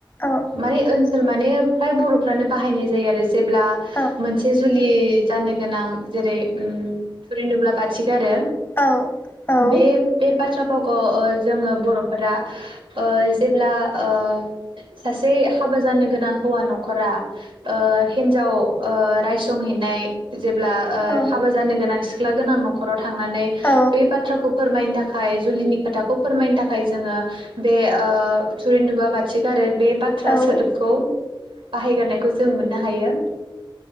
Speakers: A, on the left (about 25°); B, on the right (about 80°).
A: औ
B: माने ओन सोल माने फ्राय बर'फ्रानो बाहायनाय जायो आरो जेब्ला
A: औ
B: मोनसे जुलि जानो गोनां जेरै ओम थुरिनुब्ला बाथि गारो
A: औ औ
B: बे बे बाथ्रा फावखौ ओ जोङो बर' फोरा ओ जेब्ला ओ सासे हाबा जानो गोनां हौवा न'खरा ओ हिनजाव ओ राइ संहैनाय जेब्ला ओ
A: औ
B: हाबा जानो गोनां सिख्ला गोनां न'खराव थांनानै
A: औ
B: बे बाथ्राखौ फोरमायनो था खाय जुलिनि खोथाखौ फोरमायनो थाखाय जोङो बे ओ थुरिनुबा बाथिग आरो बे बाथ्रा
A: औ
B: सोदोबखौ बाहायगारनायखौ जों मोननो हायो।